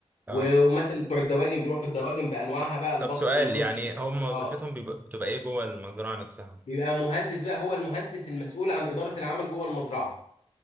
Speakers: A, on the right; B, on the left.
A: اه
B: و- ومثلا بتوع الدواجن بيروحوا الدواجن بانواعها
A: طب
B: بقى البط
A: طب سؤال
B: والوز
A: يعني هم وظيفتهم
B: اه
A: بيبقى- بتبقى ايه جوه المزرعة نفسها
B: بيبقى مهندس بقى هو المهندس المسؤول عن إدارة العمل جوه المزرعة